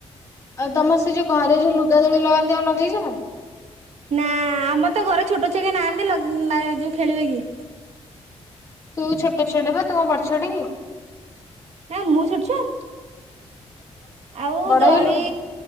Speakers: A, on the left (about 25°); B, on the right (about 75°).
A: ଆଉ ତମ ସେ ଯୋଉ ଘରେ ଯୋଉ ଲୁଗା ଦଳି ଲଗାନ୍ତି ଆଉ ଲଗେଇଚ ନା?
B: ନା ଆମର ତ ଘରେ ଛୋଟ ଛୁଆ କେହି ନାହାନ୍ତି ଲଗ ଯୋଉ ଖେଳିବେ କିଏ?
A: ତୁ ଛୋଟ ଛୁଆଟେ ବା ତୁମ କଁ ବଡ ଛୁଆଟେ କି?
B: ନା ମୁଁ ଛୋଟ ଛୁଆଁ। <inaudible> ଆଉ
A: ବଡ
B: ଦୋଳି
A: ହେଇଗଲୁଣୁ